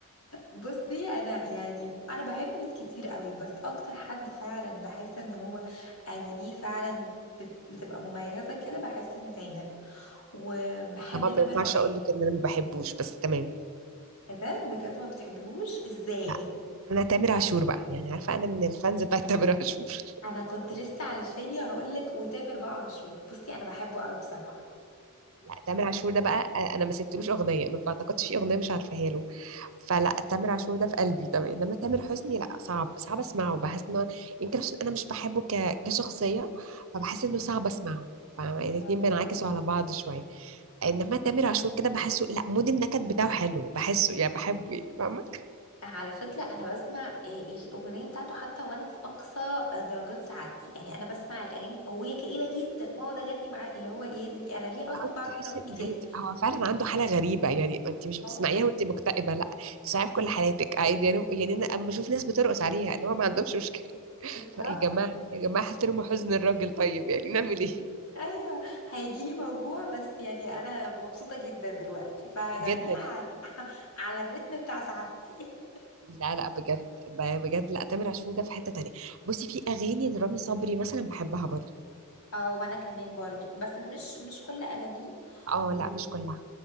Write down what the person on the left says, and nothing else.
بصي انا يعني انا بحب ناس كتير قوي بس اكتر حد فعلا بحس ان هو اغانيه فعلا بت- بتبقى مميزة كده بحس ان تامر وبحب
تامر
عاشور
ايه ده بجد ما بتحبيهوش ازاي
انا كنت لسه على لساني هقولك وتامر بقى عاشور بصي انا بحبه قوي بصراحة
اه
على فكرة أنا بسمع آه، الأغنية بتاعته حتى وأنا في أقصى آه، درجات سعادتي يعني أنا بسمع الأغاني وهي كئيبة جدا وأقعد أغني معاه اللي هو إيه دي أنا ليه أصلا
بعمل
في نفسي
كده
اه
بالظبط
أيوه هيجيلي موجوع بس يعني أنا مبسوطة جدا دلوقتي فهغنيها
على <laughs> على الريتم بتاع سعادتي
<laughs> اه وانا كمان برضو بس مش مش كل اغانيه
و-